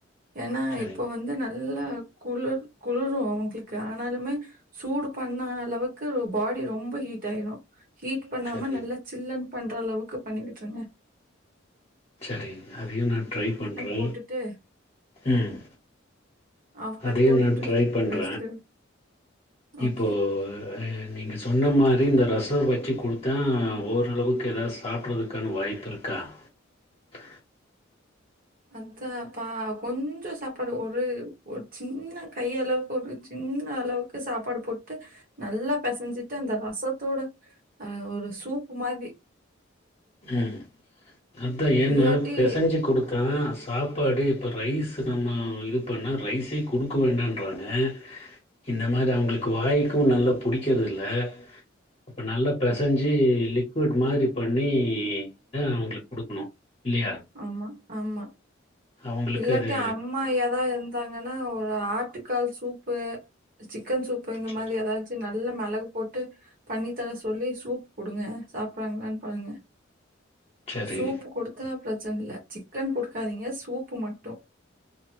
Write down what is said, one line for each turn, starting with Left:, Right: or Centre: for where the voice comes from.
Right: ஏன்னா
Left: சரிங்க,
Right: இப்ப வந்து நல்ல ல்லா குளிர் குளிரு அவங்களுக்கு ஆனாலுமே சூடு பண்ண அளவுக்கு பாடி ரொம்ப ஹீட் ஆயிரு ஹீட் பண்ணாம
Left: சரி,
Right: நல்லா சில்லுன் பண்ற அளவுக்கு பண்ணி விட்ருங்க
Left: சரி அதையு நா ட்ரை பண்றே
Right: போட்டுட்டு,
Left: ம்
Right: ஹாஃப் பேண்ட்
Left: அதையு
Right: போட்டுட்டு,
Left: நா ட்ரை பண்ற
Right: வேஷ்டில ஓகே.
Left: இப்போ அ நீங்க சொன்ன மாரி இந்த ரசோ வச்சு குடுத்த ஓரளவுக்கு ஏதாவது சாப்ட்றதுக்கான வாய்ப்பு இருக்கா <inaudible>
Right: அத்தாப்பா கொஞ்சொ சாப்பாடு ஒரு ஒரு சின்ன கையளவுக்கு ஒரு சின்ன அளவுக்கு சாப்பாடு போட்டு நல்லா பெசஞ்சிட்டு அந்த ரசத்தோட அ ஒரு சூப்பு மாரி
Left: ம் அத்தா ஏன்னா
Right: இல்லாட்டி
Left: பெசஞ்சு குடுத் தா சாப்பாடு இப்ப ரைஸ் நம்ம இது பண்ணா ரைஸே குடுக்க வேண்டான்றாங்க இந்த மாரி அவங்களுக்கு வாய்க்கு நல்லா புடிக்கறதுல்ல அப்ப நல்லா பெசஞ்சு லிக்விட் மாதிரி பண்ணி ணி தா அவங்களுக்கு குடுக்கணு இல்லையா
Right: ஆமா ஆமா
Left: அவங்களுக்கு
Right: இல்லாட்டி
Left: அது
Right: அம்மா ஏதா இருந் ந்தாங்கன்னா ஒரு ஆட்டுக்கால் சூப்பு சிக் க்கன் சூப்பு இந்த
Left: சரி
Right: மாதிரி ஏதாச்சு நல் நல்லா மெளகு போட்டு பண்ணி தர சொல்லி சூப் குடுங்க சாப்றாங்களான்னு பாருங்க
Left: சரி
Right: சூப் கொடுத்தா பிரச் சன்ல்ல சிக்கன் குடுக்காதீங்க சூப்பு மட்டு